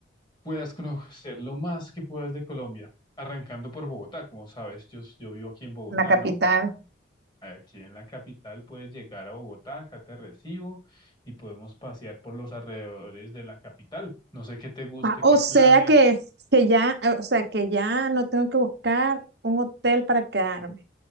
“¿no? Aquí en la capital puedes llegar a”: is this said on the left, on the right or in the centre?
Left